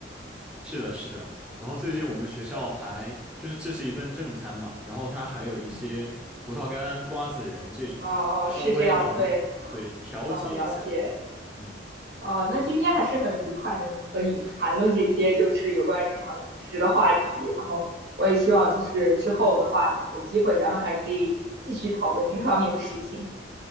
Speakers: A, in the centre; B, on the right (about 70°).
A: 是的，是的。然后最近我们学校还就是这是一份正餐嘛，
B: <laughs> 对，
A: 然后它还有一些葡萄干、
B: 嗯，
A: 瓜子仁这种的，
B: 哦，
A: 稍微能对调节一下。
B: 是这样，对，嗯，了解。
A: 嗯。
B: 哦，那今天还是很愉快，能和你谈论这些就是有关日常饮食的话题。然后我也希望就是之后的话，有机会咱们还可以继续讨论这方面的事情。